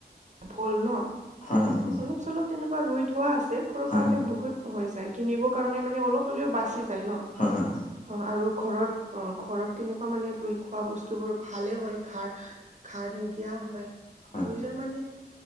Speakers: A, on the right (about 45°); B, on the left (about 50°).
A: ভল ন' অলপ-চলপ
B: হয় হয় হয় হয় হয়
A: তেনেকুৱা ৰুই থোৱা আছে, ঘৰৰ
B: হয়
A: কাৰণে বহুত হৈ যায়, কিনিব কাৰণে মানে অলপ হ'লেও বাচি যায় ন'।
B: হয় হয় হয়।
A: অঁ, আৰু ঘৰত অঁ ঘৰত তেনেকুৱা মানে ৰুই খোৱা বস্তু বোৰ ভালে হয় খাৰ। খাৰ নিদিয়াওঁ হয়
B: হয় হয়
A: নিজৰ মা